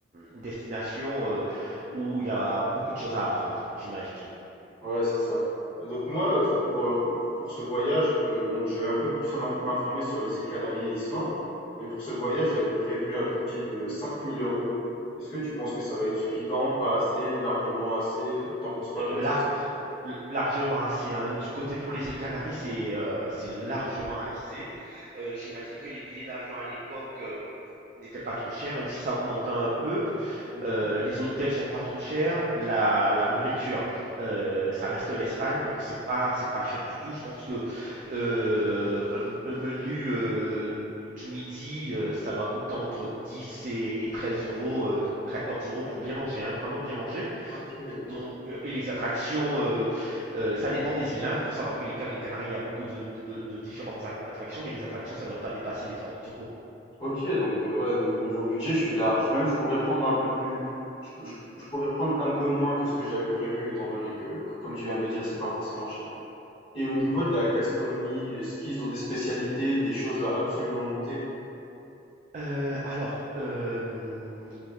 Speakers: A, on the right; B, on the left.
A: une destination euh, où il y a beaucoup de choses à apprendre, j'imagine.
B: Ouais, c'est ça. Et donc moi, euh, pour, euh, pour pour ce voyage, que, donc je vais un peu plus m'inf- m'informer sur les îles Canaries et l'Islande, mais pour ce voyage, j'avais prévu un budget de 5000 euros. Est-ce que tu penses que ça va être suffisant, pas assez, largement assez? euh, T'en penses quoi,
A: Euh,
B: toi, de
A: l'ar-
B: cette somme?
A: L- Largement assez. hein. Du côté pour les îles Canaries, c'est euh, c'est largement assez. Euh, j'imagine que les billets d'avion à l'époque euh, n'étaient pas trop chers, même si ça augmentait un peu.
B: Mhm.
A: Euh, les hôtels sont pas trop chers. La, la nourriture, euh, ça reste l'Espagne, donc c'est pas c'est pas cher du tout. Je pense que euh, un, un menu euh, du midi, euh, ça doit coûter entre 10 et, et 13 euros, euh, 14 euros pour bien manger, hein, vraiment bien manger.
B: Ok.
A: Donc, euh, et les attractions, euh, euh, ça dépend des îles. Il faut savoir que les, Can- les Canaries, il y a beaucoup de, de- de différentes a- attractions, mais les attractions, ça ne doit pas dépasser les 30 euros.
B: Ok, donc euh, ouais, niveau, niveau budget, je suis large. Même, je pourrais prendre un peu plus, je, je- je pourrais prendre un peu moins que ce que j'avais prévu, étant donné que, comme tu viens de le dire, c'est pas forcément cher. Et au niveau
A: Non.
B: de la gastronomie, est-ce qu'ils ont des spécialités, des choses à absolument goûter?
A: Euh, alors, euh,